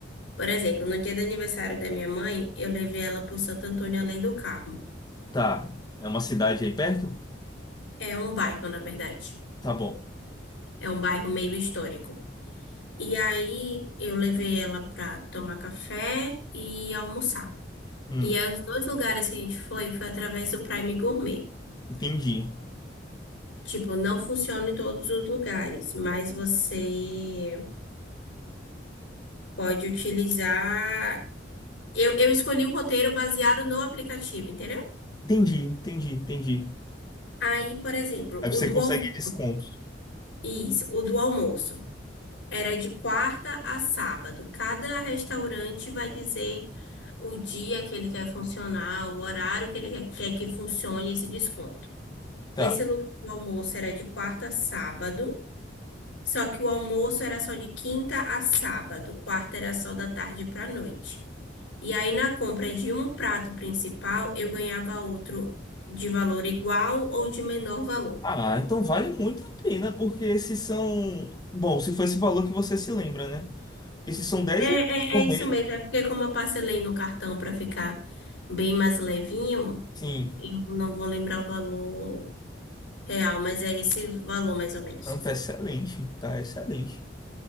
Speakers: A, on the left; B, on the left.
A: Por exemplo, no dia do aniversário da minha mãe, eu levei ela por Santo Antônio Além do Carmo.
B: Tá, é uma cidade aí perto?
A: É um bairro, na verdade.
B: Tá bom,
A: É um bairro meio histórico. E aí eu levei ela pra tomar café e almoçar.
B: Hum,
A: E aí, os dois lugares que a gente foi foi através do Prime Gourmet.
B: entendi,
A: Tipo, não funciona em todos os lugares, mas você Pode utilizar. Eu, eu escolhi um roteiro baseado no aplicativo, entendeu?
B: entendi, entendi, entendi.
A: Aí, por exemplo,
B: Aí
A: o
B: você
A: do
B: consegue
A: almoço.
B: descontos.
A: Isso, o do almoço. Era de quarta a sábado. Cada restaurante vai dizer o dia que ele quer funcionar, o horário que ele quer quer que funcione esse desconto.
B: Tá.
A: Esse lugar do almoço era de quarta a sábado, só que o almoço era só de quinta a sábado. Quarta era só da tarde para noite. E aí, na compra de um prato principal, eu ganhava outro de valor igual ou de menor valor.
B: Ah, então vale muito a pena, porque esses são. Bom, se foi esse valor que você se lembra, né? Esses são 10
A: É,
B: reais por
A: é, é isso
B: mês.
A: mesmo. É porque, como eu parcelei no cartão para ficar bem mais levinho,
B: Sim.
A: eu não vou lembrar o valor real, mas é esse valor mais ou menos.
B: Não, tá excelente. Tá excelente.